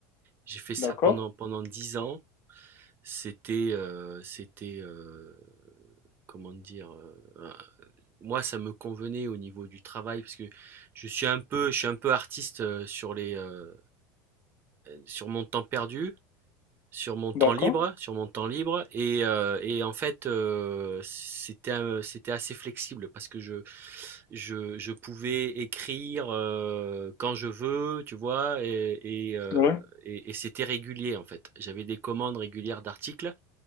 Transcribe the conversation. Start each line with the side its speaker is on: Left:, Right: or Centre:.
Right: J'ai fait ça
Left: d'accord,
Right: pendant pendant 10 ans. C'était, heu, c'était, heu, comment dire? Heu, moi, ça me convenait au niveau du travail parce que je suis un peu, je suis un peu artiste euh, sur les, euh, sur mon temps perdu, sur mon temps
Left: d'accord,
Right: libre, sur mon temps libre et, euh, et en fait, euh, c'était, un- c'était assez flexible parce que je, je, je pouvais écrire euh, quand je veux, tu vois, et, et, euh,
Left: ouais,
Right: et- et c'était régulier en fait. J'avais des commandes régulières d'articles,